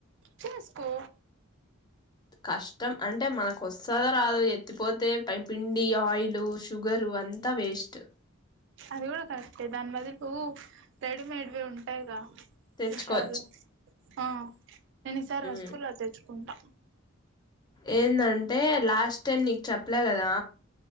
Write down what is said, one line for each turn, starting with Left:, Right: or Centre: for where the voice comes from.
Right: చేసుకో
Left: కష్టం, అంటే మనకు వస్తుందా రాద ఎత్తిపోతే పై పిండి ఆయిలు షుగరు అంతా వేస్ట్
Right: అది కూడా కరెక్టే దాని బదులు రెడిమేడ్వి ఉంటాయిగా
Left: తెచ్చుకోవచ్చు
Right: విషల్ ఆ నేను ఈసారి రసగుల్లా
Left: మ్
Right: వి తెచ్చుకుంటా
Left: ఏందంటే లాస్ట్ టైం నీకు చెప్పలే కదా